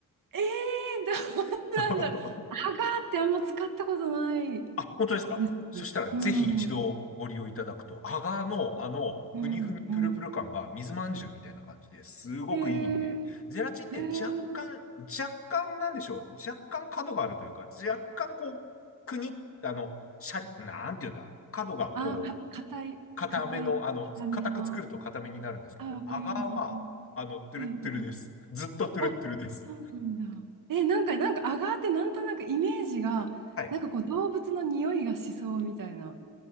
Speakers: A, on the right (about 75°); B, on the left (about 40°).
A: ええー、どうなんだろう。
B: <laughs>
A: アガーってあんま使ったことない
B: あ、本当ですか。
A: です。
B: そしたら、ぜひ一度ご利用いただくと、
A: うん、
B: アガーの、あの、
A: うん、
B: ふにふにプルプル感が水まんじゅうみたいな感じですごくいいんで、
A: うん。えー、
B: ゼラチンって若干、
A: えー、
B: 若干なんでしょう。若干角があるというか、若干こう、くに、あの、シャリ、なんていうんだ。角がこう、
A: あ、か、硬い、
B: 硬めの、
A: 硬い、
B: あの、
A: 硬めな。
B: 硬く作ると硬めになるんですけど、
A: あ、わかります、
B: アガーは、
A: わかります。
B: あの、トゥルットゥルです。
A: ええええ
B: ずっとトゥルットゥルです。
A: あ、そうなんだ。え、なんか、なんか、アガーってなんとなくイメージが、
B: はい。
A: なんかこう、動物の匂いがしそうみたいな